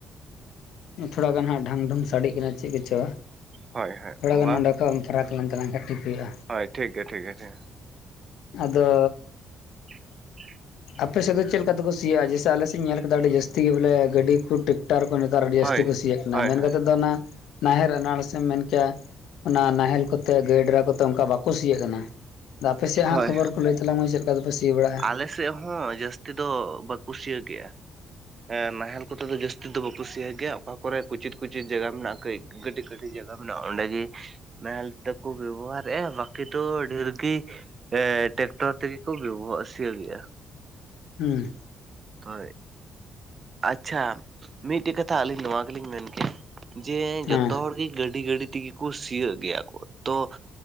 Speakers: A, on the left; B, on the right.
A: ᱛᱷᱚᱲᱟ ᱜᱟᱱ ᱦᱟᱸᱜ ᱰᱷᱟᱝᱰᱷᱚᱝ ᱥᱟᱰᱮᱜ ᱠᱟᱱᱟ ᱪᱮᱫ ᱠᱚᱪᱚ?
B: ᱦᱳᱭ ᱦᱳᱭ
A: ᱛᱷᱚᱲᱟᱜᱟᱱ
B: ᱵᱟᱝ
A: ᱱᱚᱸᱰᱮ ᱠᱷᱚᱡ ᱮᱢ ᱯᱷᱟᱨᱟᱠ ᱞᱮᱱ ᱛᱟᱞᱟᱝ ᱠᱷᱟᱡ ᱴᱷᱤᱠ ᱦᱩᱭᱩᱜᱼᱟ ᱾
B: ᱦᱳᱭ ᱴᱷᱤᱠ ᱜᱮᱭᱟ ᱴᱷᱤᱠ ᱜᱮᱭᱟ ᱴᱷᱤᱠ ᱜᱮᱭᱟ
A: ᱟᱫᱚ
B: <inaudible>
A: ᱟᱯᱮ ᱥᱮᱫ ᱫᱚ ᱪᱮᱫ ᱞᱮᱠᱟ ᱛᱮᱠᱚ ᱥᱤᱭᱟᱸ ᱡᱮᱥᱮ ᱟᱞᱮ ᱥᱮᱫ ᱤᱧ ᱧᱮᱞ ᱠᱮᱫᱟ ᱟᱹᱰᱤ ᱡᱟᱹᱥᱛᱤ ᱜᱮ ᱵᱚᱞᱮ ᱜᱟᱹᱰᱤ ᱠᱚ ᱴᱨᱟᱠᱴᱟᱨ ᱠᱚ ᱾ ᱟᱨ ᱟᱹᱰᱤ
B: ᱦᱳᱭ
A: ᱡᱟᱹᱥᱛᱤ ᱠᱩ ᱥᱤᱭᱟᱜ ᱠᱟᱱᱟ
B: ᱦᱳᱭ
A: ᱢᱮᱱ
B: ᱦᱳᱭ
A: ᱠᱟᱛᱮᱫ ᱫᱚ ᱚᱱᱟ ᱱᱟᱦᱮᱞ ᱨᱮ ᱮᱱᱟᱱ ᱨᱮᱥᱮᱢ ᱢᱮᱱ ᱠᱮᱭᱟ ᱚᱱᱟ ᱱᱟᱦᱮᱞ ᱠᱚᱛᱮ ᱜᱟᱹᱭ ᱰᱟᱝᱜᱨᱟ ᱠᱚᱛᱮ ᱚᱱᱠᱟ ᱵᱟᱠᱚ ᱥᱤᱭᱚᱜ ᱠᱟᱱᱟ ᱾ ᱟᱯᱮᱥᱮᱭᱟᱜ
B: ᱦᱳᱭ
A: ᱦᱟᱸᱜ ᱠᱷᱚᱵᱚᱨ ᱠᱚ ᱞᱟᱹᱭ ᱛᱟᱞᱟᱝ ᱢᱮ ᱪᱮᱫ ᱞᱮᱠᱟᱯᱮ ᱥᱤ ᱵᱟᱲᱟᱜᱼᱟ?
B: ᱟᱞᱮ ᱥᱮᱫ ᱦᱚᱸ ᱡᱟᱹᱥᱛᱤ ᱫᱚ ᱵᱟᱠᱚ ᱥᱤᱭᱚᱜ ᱜᱮᱭᱟ ᱱᱟᱦᱮᱞ ᱠᱚᱛᱮ ᱫᱚ ᱡᱟᱹᱥᱛᱤ ᱫᱚ ᱵᱟᱝᱠᱚ ᱥᱤᱭᱟᱜ ᱜᱮᱭᱟ ᱚᱠᱟ ᱠᱚᱨᱮ ᱠᱩᱪᱤᱫ ᱠᱩᱪᱤᱫ ᱡᱟᱭᱜᱟ ᱢᱮᱱᱟᱜᱼᱟ ᱠᱟᱹᱡ ᱠᱟᱹᱴᱤᱡ ᱠᱟᱹᱴᱤᱡ ᱡᱟᱭᱜᱟ ᱢᱮᱱᱟᱜᱼᱟ ᱚᱸᱰᱮ ᱜᱮ ᱱᱟᱦᱮᱞ ᱛᱟᱠᱚ ᱵᱮᱵᱚᱦᱟᱨᱮᱫᱼᱟ ᱵᱟᱠᱤ ᱫᱚ ᱰᱷᱮᱨ ᱜᱮ ᱮ ᱴᱨᱟᱠᱴᱚᱨ ᱛᱮᱜᱮ ᱠᱚ ᱵᱮᱵᱚᱦᱟᱨ ᱥᱤᱭᱳᱜ ᱮᱼᱟ
A: ᱦᱳᱭ
B: ᱦᱳᱭ ᱟᱪᱪᱷᱟ ᱢᱤᱫᱴᱮᱡ ᱠᱟᱛᱷᱟ ᱟᱹᱞᱤᱧ ᱱᱚᱣᱟ ᱜᱮᱞᱤᱧ ᱢᱮᱱ ᱠᱮᱭᱟ ᱡᱮ ᱡᱚᱛᱚ
A: ᱦᱮᱸ
B: ᱦᱚᱲ ᱜᱮ ᱜᱟᱹᱰᱤ ᱜᱟᱹᱰᱤ ᱛᱮᱜᱮ ᱠᱚ ᱥᱤᱭᱳᱜ ᱜᱮᱭᱟ ᱠᱚ ᱛᱚ